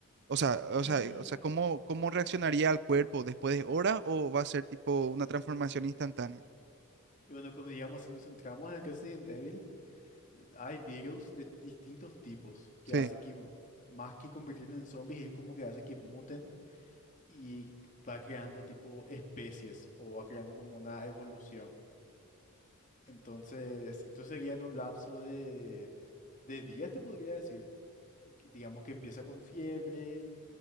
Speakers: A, on the right; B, on the left.
A: O sea, o
B: Y,
A: sea, o sea, ¿cómo, cómo reaccionaría el cuerpo después de horas o va a ser tipo una transformación instantánea?
B: y bueno, como digamos, si nos centramos en Resident Evil, hay virus de distintos tipos que
A: Sí.
B: hace que, más que convertirse en zombies, es como que hace que muten y va creando tipo especies o va creando como una evolución. Entonces, esto sería en un lapso de, de días, te podría decir. Que Digamos que empieza con fiebre,